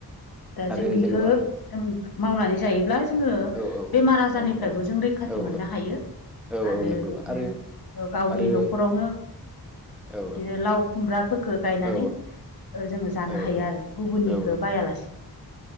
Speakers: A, on the left; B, in the centre.
A: दा
B: आरो
A: जों बेखौ
B: जेन'बा
A: जों मावनानै जायोब्ला जोङो
B: औ औ
A: बेमार आजारनिफ्रायबो
B: औ औ
A: जों रैखा खाथि
B: औ
A: मोननो हायो
B: औ
A: आरो
B: औ नंगौ
A: बिदिनो
B: आरो
A: गावनि
B: आरो
A: न'खरावनो
B: औ
A: बिदिनो लाव खुमब्राफोरफोरखौ गायनानै
B: औ
A: जों जानो
B: औ
A: हायो आरो गुबुननिखौ
B: औ
A: लासे।